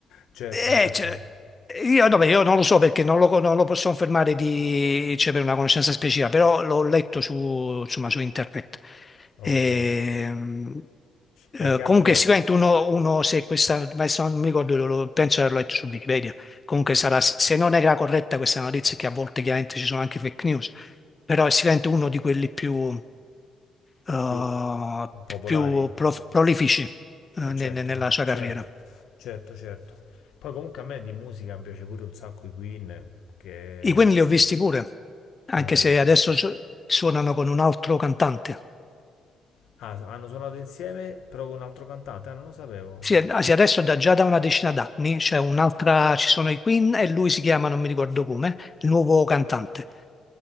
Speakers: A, on the left; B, on the left.
A: Certo, certo.
B: Eh, cioè, io, vabbè, io non lo so perché non lo, non lo posso confermare di, cioè, per una conoscenza specifica, però l'ho letto su, insomma, su internet.
A: Ok.
B: Ehm, eh,
A: E che altro
B: comunque sicuramente uno, uno se questa, ma se non mi ricordo, lo- lo- penso di averlo letto su Wikipedia, comunque sarà, se non era corretta questa notizia, che a volte chiaramente ci sono anche fake news, però è sicuramente uno di quelli più, eh,
A: più popolari?
B: più prof- prolifici, eh,
A: Eh certo,
B: ne- ne- nella sua
A: certo,
B: carriera.
A: certo, certo. Poi comunque a me di musica mi piace pure un sacco i Queen, che...
B: I Queen li ho visti pure,
A: Come
B: anche
A: l'hai
B: se
A: visto?
B: adesso su- suonano con un altro cantante.
A: Ah, hanno suonato insieme però con un altro cantante? Ah, non lo sapevo.
B: Sì, eh, sì, adesso da, già da una decina d'anni c'è un'altra, ci sono i Queen e lui si chiama, non mi ricordo come, il nuovo cantante.